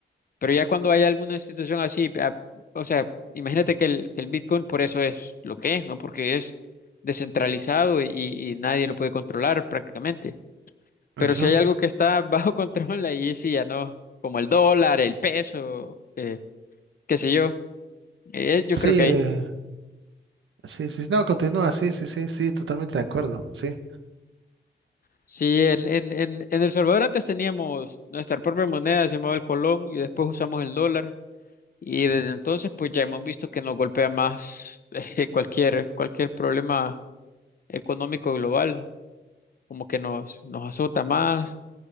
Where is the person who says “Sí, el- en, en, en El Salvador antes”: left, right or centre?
Left